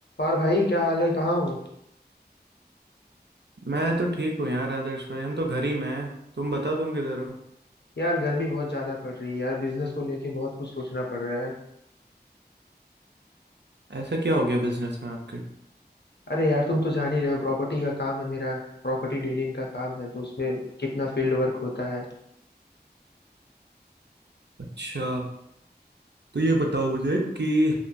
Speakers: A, on the left (about 75°); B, on the right (about 80°).
A: और भाई क्या हाल है कहाँ हो
B: मैं तो ठीक हूँ यार आदर्श भाई हम तो घर ही में हैं तुम बताओ तुम किधर हो
A: यार गर्मी बहुत ज्यादा पड़ रही है यार बिजनेस को लेके बहुत कुछ सोचना पड़ रहा है
B: ऐसा क्या हो गया बिजनेस में आपके
A: अरे यार तुम तो जान ही रहे हो प्रॉपर्टी का काम है मेरा प्रॉपर्टी डीलिंग का काम है तो उसमें कितना फील्ड वर्क होता है
B: अच्छा तो ये बताओ मुझे कि